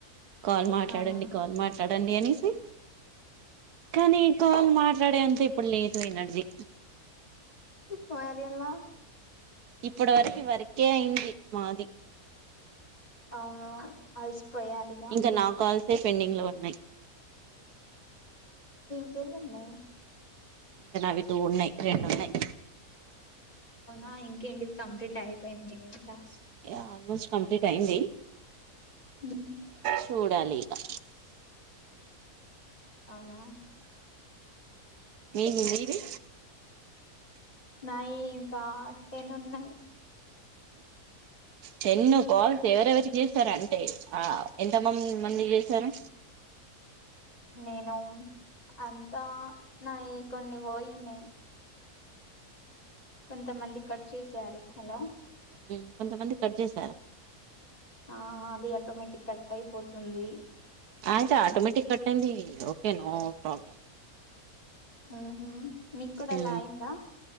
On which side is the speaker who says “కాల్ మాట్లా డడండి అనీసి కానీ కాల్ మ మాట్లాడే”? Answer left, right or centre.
Right